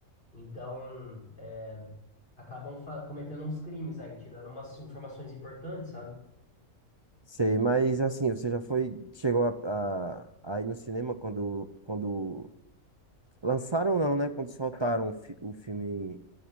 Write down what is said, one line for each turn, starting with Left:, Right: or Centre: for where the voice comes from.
Left: Então, é, acabam fa- cometendo uns crimes aí, tirando umas informações importantes, sabe?
Right: Sei, mas assim, você já foi, chegou a, a, a ir no cinema quando, quando lançaram não, né? Quando soltaram o, fi- o filme